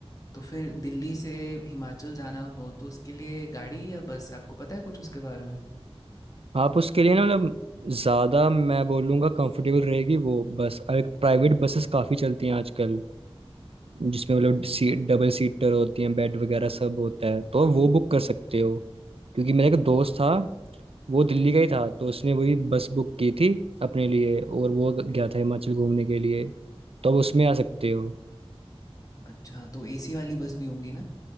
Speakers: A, on the left (about 35°); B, on the right (about 65°).
A: तो फिर दिल्ली से हिमाचल जाना हो तो उसके लिए गाड़ी या बस आपको पता है कुछ उसके बारे में
B: आप उसके लिए ना मतलब ज़्यादा मैं बोलूँगा कंफर्टेबल रहेगी वो बस और एक प्राइवेट बसेस काफ़ी चलती हैं आजकल जिसमें मतलब सीट डबल सीटर होती हैं बेड वगैरह सब होता है तो आप वो बुक कर सकते हो क्योंकि मेरा एक दोस्त था वो दिल्ली का ही था तो उसने वही बस बुक की थी अपने लिए और वो गया था हिमाचल घूमने के लिए तो आप उसमें आ सकते हो
A: अच्छा तो एसी वाली बस भी होंगी ना